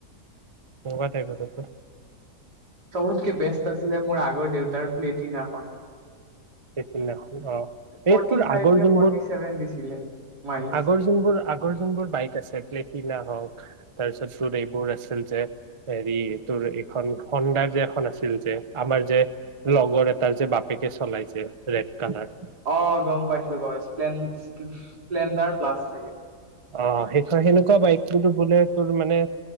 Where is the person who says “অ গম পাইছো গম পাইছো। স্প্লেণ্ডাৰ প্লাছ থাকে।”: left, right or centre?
Right